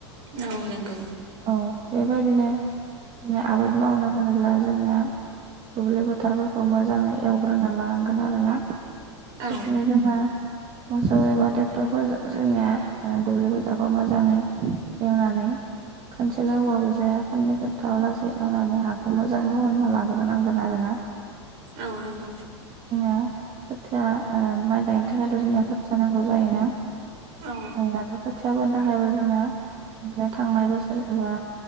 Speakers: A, on the right; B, on the right.
A: औ नंगौ
B: औ बेबायदिनो जों आबाद मावनो होनोब्ला जोंनिया दुब्लि फोथारफोरखौ मोजाङै एवग्रोना लानां गोन आरोना बिदिनो
A: औ
B: जोंना मोसौ एबा ट्रेक्टरफोर जोंनिया ओ दुब्लि बोथोरखौ मोजाङै एवनानै खानसेल' एवबाबो जाया खाननै खनथामलासै एवनानै हाखौ मोजाङैबो मोनना लाग्रो नांगोन आरो ना।
A: औ नंगौ।
B: ओ खोथिया ओ माइ गायनो थाखायथ' जोंयाव खाथिया नांगौ जायोना।
A: औ
B: ओं दाथ' खोथियाफोनो थाखायबो जोंना बिदिनो थांनाय बोसोर एबा